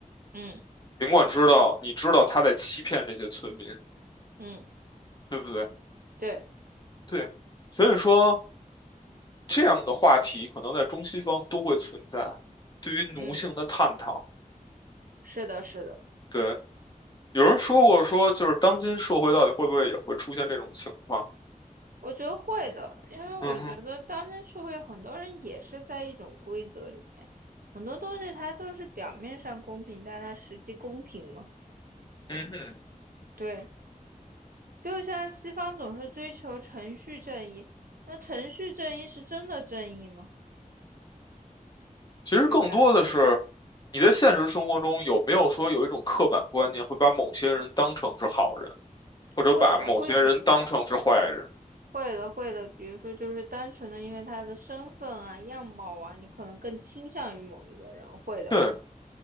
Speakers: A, on the right; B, on the left.
A: 嗯
B: 尽管知道你知道他在欺骗这些村民，
A: 嗯，
B: 对不对？
A: 对，
B: 对，所以说这样的话题可能在中西方都会存在，对于奴性的探讨。
A: 嗯，是的，是的，
B: 对，有人说过说，就是当今社会到底会不会也会出现这种情况？
A: 我觉得会的，因为我觉得当今社会很多人也是在一种规则里面，
B: 嗯哼，
A: 很多东西它都是表面上公平，但它实际公平吗？
B: 嗯哼，
A: 对，就像西方总是追求程序正义，那程序正义是真的正义吗？
B: 其实更多的是
A: 对吧？
B: 你在现实生活中有没有说有一种刻板观念，会把某些人当成是好人，或者把某些人当成是坏人？
A: 会的，会存在，会的，会的。比如说，就是单纯的因为他的身份啊、样貌啊，你可能更倾向于某一个人，会的，
B: 对，